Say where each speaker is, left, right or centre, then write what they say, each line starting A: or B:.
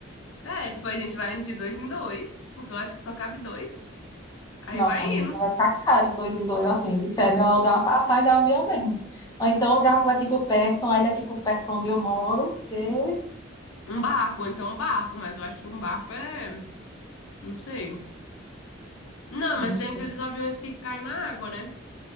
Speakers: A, on the left; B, on the left.
A: É, tipo, a gente vai indo de dois em dois, porque eu acho que só cabe dois. Aí
B: Nossa,
A: vai
B: amiga,
A: indo.
B: então vai ficar caro, dois em dois, assim, de sério, eu alugar uma passagem de avião mesmo. Ou então alugar por aqui por perto, uma ilha aqui por perto onde eu moro, porque...
A: Um barco, ou então um barco, mas eu acho que um barco é. Não sei. Não,
B: Não
A: mas
B: sei.
A: tem aqueles aviões que caem na água, né?